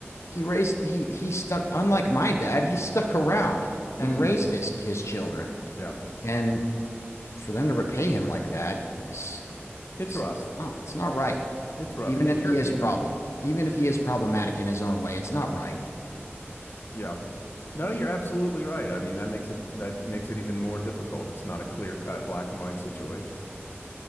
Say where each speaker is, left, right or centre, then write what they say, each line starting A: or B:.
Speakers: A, on the left (about 90°); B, on the left (about 50°).
A: he raised he he stuck unlike my dad, he stuck around
B: Mm,
A: and raised his his children.
B: yeah.
A: And for them to repay him like that is
B: It's
A: it's,
B: rough.
A: it's not it's not right.
B: It's rough.
A: Even
B: And
A: if he
B: you're
A: is
B: human.
A: problem, even if he is problematic in his own way, it's not right.
B: Yeah. No, you're absolutely right. I mean, that makes it that makes it even more difficult. It's not a clear-cut black and white situation.